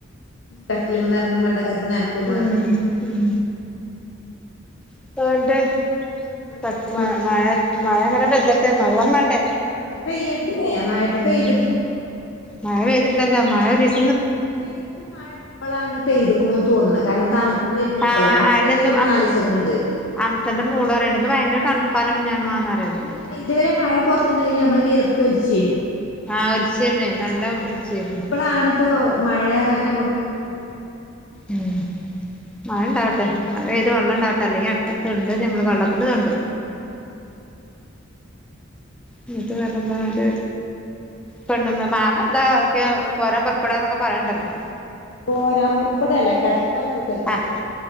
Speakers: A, on the left (about 65°); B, in the centre.
A: കട്ടിലുമന്ന് ഇറങ്ങും വേണ്ട കജ്ജ് നനക്കും
B: ഉം
A: വേണ്ട
B: ഉം <unintelligible>
A: വേറെന്താ
B: മഴ മഴ മഴ ഇങ്ങനെ പെദ്ദട്ടെ മെള്ളം വേണ്ടേ
A: മഴ പെയ്യട്ടില്ലേ മഴിപ്പ
B: ഉം
A: പെയ്തട്ടില്ലല്ലേ
B: മഴ പെയ്തിട്ടല്ലല്ലോ മഴ ഒരിസ്
A: ശരിക്കും മഴ ഇപ്പളാണ് പെയ്തേക്കണൂന്ന് തോന്നണ് കാരണം തണു വരുന്ന ഇപ്പളാണ്
B: ആഹ്
A: ഇപ്പൊ
B: അയന്നെന്ന്
A: ഈ ഒരു
B: അംസ
A: നാലിസം കൊണ്ട്.
B: അംസന്റെ മോള് പറയണിണ്ട് ഇന്ന് ഭയങ്കര തണുപ്പാല്ല കുഞ്ഞാമാന്ന് പറയെണ്ട്.
A: ല്ല ഇതുവരെ മഴ പുറത്തെണ്ടെങ്കില് ഞമ്മള് വിയർത്തൊലിച്ചു ചെയ്യും.
B: ആഹ് <unintelligible> നല്ല ഒളിച്ചേരുന്നു
A: ളാണിപ്പോ മഴ ഞമ്മുക്ക് കൊണ്ട്
B: ഉം മഴ ഇണ്ടാവട്ടെ മഴ പെയ്ത് വെള്ളം ഇണ്ടാവട്ടെ അല്ലെങ്കി അടുത്ത തൊണ്ട് ഞമ്മളെ വെള്ളത്തിനതൊണ്ട്
A: ഉം
B: എന്നിട്ട് വേറെന്ത ഒരു പെണ്ണമ്മ മാമ എന്താ ഒക്കെയോ പോരാൻ പറ ഇപ്പടാന്നൊക്കെ പറയെണ്ടല്ലോ
A: പോരാൻ പറപ്പെടല്ല കിടക്കാൻ കൂട്ടക്കണില്ല
B: ആഹ്